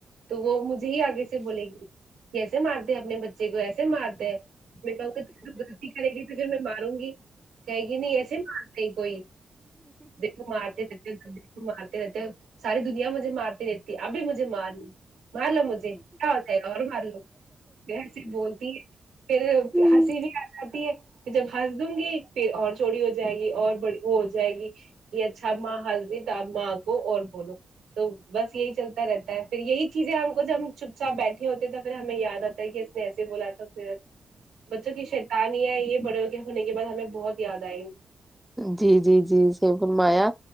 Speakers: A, on the right; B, in the centre.
A: تو وہ مجھے ہی آگے سے بولے گی جسے مارتے اپنے بچے کو ایسے مارتے ہے میں کہوں گا <unintelligible> غلطی کرے گی تو پھر میں ماروں گی کہے گی نہیں ایسے مار تے کوئی کو مارتے رہتے ہو د کو مارتے رہتے ہو ساری دنیا مجھے مارتی رہتی ابھی مجھے مارلو مار لو مجھے کیا ہوتا ہے اور مار لو میں صرف بولتی ہے پھر
B: ہ
A: ہنسی بھی آ جاتی ہے جب ہنس دوں گی پھر اور چوری ہو جائے اور بڑی ہو جائے گی کہ اچھا ماں ہسدی تو آپ ماں کو اور بولو تو بس یہی چلتا رہتا ہے پھر یہی چیزیں ہم کو جب ہم چپ چاپ بیٹھے ہوتے ہیں تو پھر ہمیں یاد آتا کہ اس نے ایسے بولا تھا اس بچوں کی شیتانیاں یہ بڑے ہو کے ہونے کے بعد ہمیں بہت یاد آئے گی
B: جی جی جی سہی پورمایا